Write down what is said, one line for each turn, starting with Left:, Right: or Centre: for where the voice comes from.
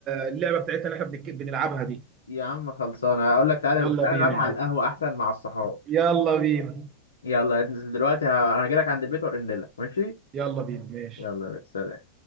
Right: اللعبه بتاعتنا اللي احنا بنك- بنلعبها دي
Left: يا عم خلصانه اقول لك تعالى
Right: يلا
Left: تعالى
Right: بينا
Left: نلعبها
Right: يا
Left: على
Right: عم
Left: القهوه احسن مع الصحاب
Right: يلا بينا
Left: يلا ننزل دلوقتي ه- انا هجيلك عند البيت وارن لك ماشي
Right: يلا بينا ماشي
Left: يلا سلام